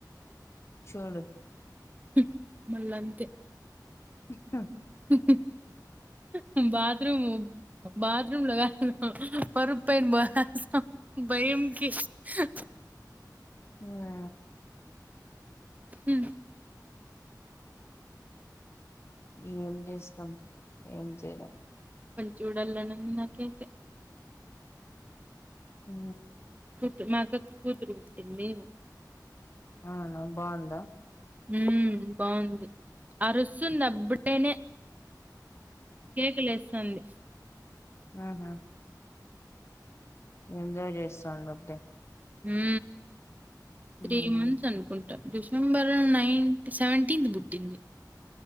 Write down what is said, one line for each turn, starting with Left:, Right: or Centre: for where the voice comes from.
Left: చూడు
Right: హు మళ్ళంతే
Left: ఇ హా
Right: హు హు బాత్రూము బాత్రూమ్లో గాదు పరుప్ పైన బోస్ తా భయంకి హా
Left: ఉ అ
Right: ఉ
Left: ఏం జేస్తం ఏం చేయ్లెం
Right: చూడల్లని ఉంది నాకైతే
Left: ఊ
Right: ట్ మాకక్ కూతురు పుట్టింది
Left: ఆహా బాంద
Right: ఊ బాంది అరుస్సుంది అప్పుడేనే కేకలేస్సంది
Left: ఆహా ఏంజయ్ జేస్తాంది అబ్డే
Right: ఊ
Left: హ్మ్.
Right: త్రీ మంత్స్ అన్కుంట డిశంబర్ నైన్ట్ సేవంటీన్ పుట్టింది